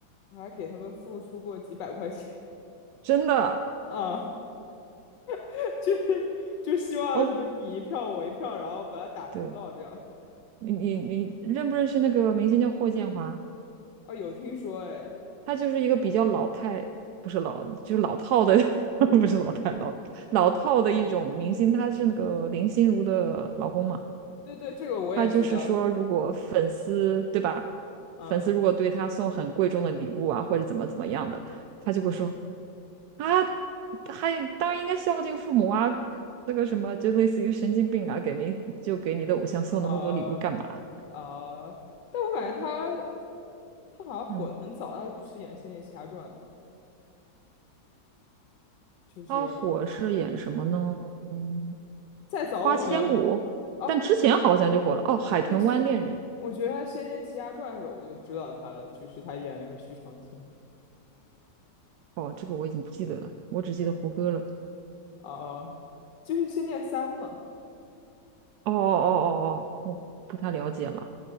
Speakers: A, on the left; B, on the right.
A: 我还给他们付出过几百块钱
B: 真的
A: <laughs> 啊，<laughs> 就是就希望什么你一票我一票，
B: 哦，
A: 然后把它打出道这样。
B: 对你你你认不认识那个明星叫霍建华？
A: 啊，有听说哎，
B: 他就是一个比较老太，不是老，就是老套的，<laughs> 不是老太，老老套的一种明星。他是那个林心如的老公嘛。
A: 对对，这个我也知道，
B: 他就是说，如果粉丝，对吧？
A: 嗯
B: 粉丝如果对他送很贵重的礼物啊，或者怎么怎么样的，他就会说啊，还当然应该孝敬父母啊，那个什么，就类似于神经病啊，给明就给你的偶像送那么多礼物干嘛？
A: 啊啊，但我感觉他他好像火的很早，
B: 嗯，
A: 他不是演《仙剑奇侠传》的吗？就是
B: 他火是演什么呢？嗯，
A: 再早我可能。
B: 花千骨，
A: 哦，
B: 但之前好像就火了哦，《海豚湾恋人》
A: 对，是，我觉得他《仙剑奇侠传》的时候我就知道他了，就是他演那个徐长卿
B: 哦，这个我已经不记得了，我只记得胡歌了。
A: 啊，啊就是《仙剑三》嘛。
B: 哦哦哦哦哦，我不太了解了。